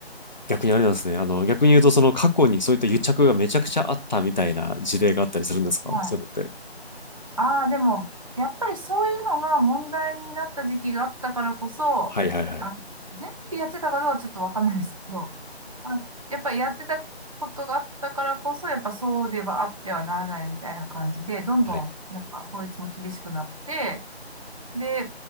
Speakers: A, on the left (about 40°); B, on the right (about 30°).
A: 逆にあれなんですね。あの、逆に言うと、その過去にそういった癒着がめちゃくちゃあったみたいな事例があったりするんですかそういうのって。
B: はい。ああ、でも、やっぱりそういうのが問題になった時期があったからこそ、
A: はいはいはい。
B: あ、全部やってたかどうかちょっとわかんないですけど、あ、やっぱりやってたことがあったからこそ、やっぱそうではあってはならないみたいな感じで、どんどん、
A: はい。
B: なんか法律も厳しくなって、で、